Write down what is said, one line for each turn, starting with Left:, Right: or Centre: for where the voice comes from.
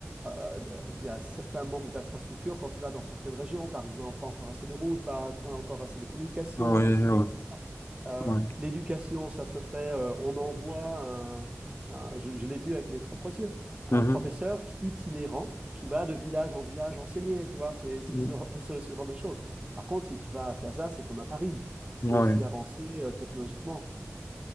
Right: euh, il y a certains manques d'infrastructures quand tu vas dans certaines régions, par exemple, pas encore assez de routes, pas encore assez de communications,
Left: Ah Oui,
Right: etc.,
Left: oui,
Right: etc. Euh,
Left: oui.
Right: l'éducation, ça se fait, euh, on envoie, un, un je, je l'ai vu avec mes propres yeux, un
Left: Mhm,
Right: professeur qui- itinérant qui va de village en village enseigner, tu vois, c'est c'est
Left: mhm,
Right: ce, genre- ce, ce, genre de choses. Par contre, si tu vas à Casa, c'est comme à Paris. C'est
Left: ouais.
Right: aussi avancé euh, technologiquement.